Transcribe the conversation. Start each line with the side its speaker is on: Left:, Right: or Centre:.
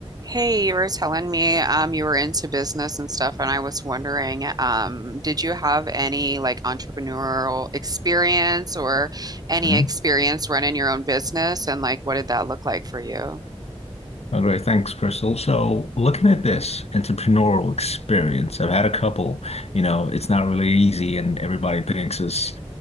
Right: Hey, you were telling me um you were into business and stuff, and I was wondering, um, did you have any like entrepreneurial experience or any
Left: Mhm.
Right: experience running your own business and like what did that look like for you?
Left: All right, thanks, Crystal. So, looking at this entrepreneurial experience, I've had a couple. You know, it's not really easy, and everybody thinks it's